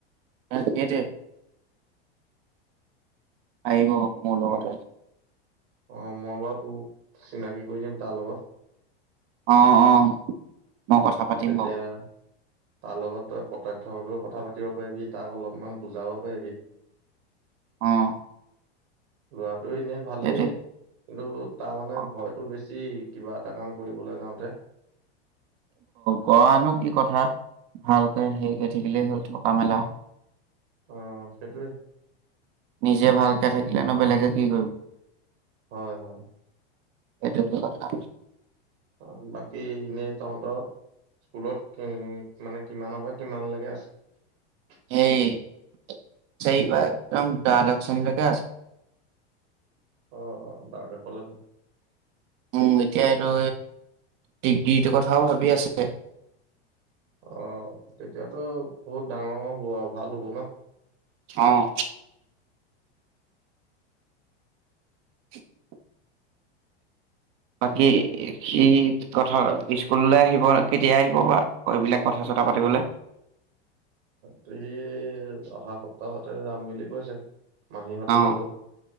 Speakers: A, on the right; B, on the right.
A: ন সেইটো। আহিব। মনতে।
B: ম অ মই বাৰু তোক চিনাকি কৰি দিম তাৰ লগত।
A: অ অ মই কথা পাতিম
B: তেতিয়া
A: বাৰু।
B: তাৰ লগত তই প্ৰত্যক্ষভাৱেও কথা পাতিব পাৰিবি তাক অলপমান বুজাব পাৰিবি।
A: অ
B: ল'ৰা এনেই ভালেই
A: সেইটোৱে
B: কিন্তু তাৰ মানে
A: অ
B: ভয়তটো বেছি। এই কিবা এটা কাম কৰিবলৈ যাওঁতে।
A: গনো কি কথা ভালকে হেৰি কৰি থাকিলেই হ'ল থকা মেলা।
B: অ সেইটোৱেই।
A: নিজে ভালকে থাকিলে ন বেলেগে কি কৰিব।
B: হয় হয়।
A: এইটো কোনত কাম।
B: অ বাকী এনেই তহঁতৰ স্কুলত মানে কিমানৰ পৰা কিমান লকে আছে।
A: হেই চাৰিবাৰ একদম দাদ্বশ শেণীৰ লকে আছে।
B: অ অ দাদ্বাশলৈকে।
A: মোক এতিয়া এইটো ডিগ্ৰীটো কথাও ভাবি আছে।
B: অ তেতিয়াতো বহুত ডাঙৰ হ'ব আৰু ভাল হ'ব ন।
A: অহ <unintelligible> বাকী সি কথা স্কুললৈ আহিব কেতিয়া আহিব বা এইবিলাক কথা চথা পাতিবলৈ।
B: তুহি অহা সপ্তাহতে যাম বুলি কৈছে। মাহীহঁতো
A: অ',
B: যাব।